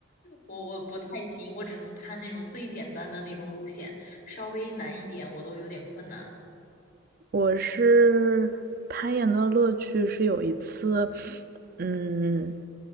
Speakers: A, on the left (about 50°); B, on the right (about 45°).
A: 我我不太行，我只能攀那种最简单的那种路线，稍微难一点我都有点困难。
B: 我是攀岩的乐趣是有一次，嗯，